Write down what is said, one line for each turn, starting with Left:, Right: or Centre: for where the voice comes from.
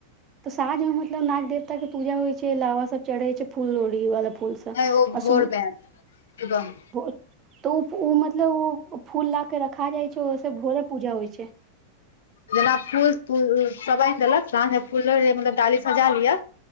Right: तऽ साँझ मे मतलब नाग देवता के पूजा होइ छै लावा सब चढ़े छै फूल लोड़ी वाला फूल सब
Left: नहि ओ
Right: आ
Left: भोर
Right: सु
Left: बदम सुबह
Right: तऽ ओ ओ मतलब ओ फूल ला के रखा जाइ छै ओस भोरे पूजा होइ छै।
Left: जेना फूल तूल सब आनि देलक साँझ मे फूलो मतलब डाली सजा लियअ।